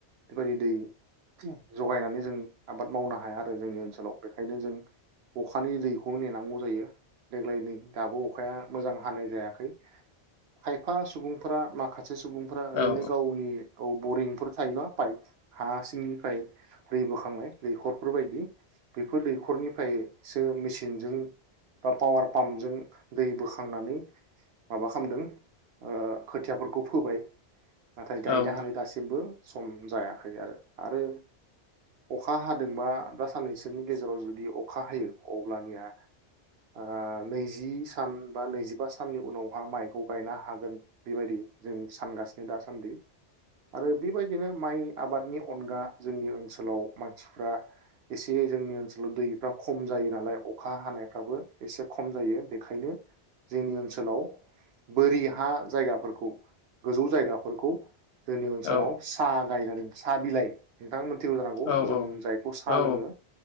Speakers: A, on the right; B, on the left.
A: बेबायदि दै जगायनानै जों आबाद मावनो हाया आरो जोंनि ओनसोलाव बेखायनो जों अखानि दैखौ नेनांगौ जायो देग्लाय नै दाबो अखाया मोजां हानाय जायाखै खायफा सुबुंफोरा माखा से सुबुंफ्रा ओरैनो
B: औ
A: गावनि औ बरिं फोर थायोबा पाइप हा सिंनिफ्राय दै बोखांनाय दैख'रफोर बायदि बेफोर दैख'रनिफायसो मेसिनजों बा पावार पाम्पजों दै बोखां खांनानै माबा खामदों ओ खोथियाफोरखौ फोबाय। नाथाय गायनो
B: औ
A: हानाय दासिमबो सम जायाखै आरो आरो अखा हादोंबा दा साननैसोनि गेजेराव जुदि अखा हायो अब्लानिया ओ नैजि सान बा नैजिबा साननि उनावहा माइखौ गायनो हागोन। बेबायदि जों सानगासिनो। दासान्दि आरो बेबायदिनो माइ आबादनि अनगा जोंनि ओनसोलाव मानसिफ्रा एसे जोंनि ओनसोलाव दैफ्रा खम जायो नालाय अखा हानायफ्राबो एसे खम जायो बेखायनो जोंनि ओनसोलाव बोरि हा जायगाफोरखौ गोजौ जायगाफोरखौ जोंनि ओनसोलाव
B: औ
A: साहा गायनानै सा बिलाइ नोंथांमोन थिगौ जानांगौ
B: औ
A: जों जायखौ साहा
B: औ
A: लोङो